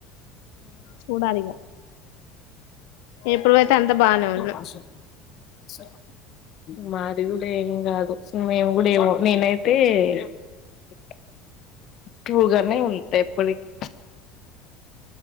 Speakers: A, on the left; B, on the left.
A: చూడాలి ఇగ ఎప్పుడుయితే అంత బాగానే ఉన్నాం
B: అ సో మాది కూడా ఏం కాదు మేం కూడా ఏమో నేనైతే అంటే ట్రూగానే ఉంటా ఎప్పటికి